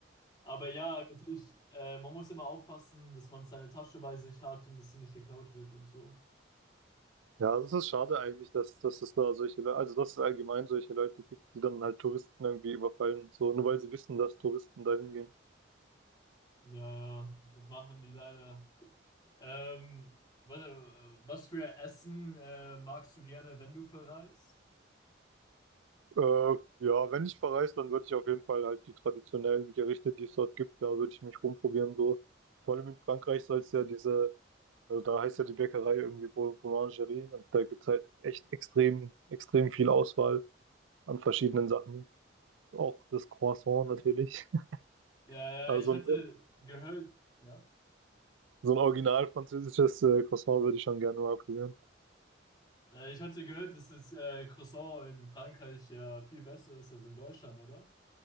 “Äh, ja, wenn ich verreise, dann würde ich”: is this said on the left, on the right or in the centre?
Right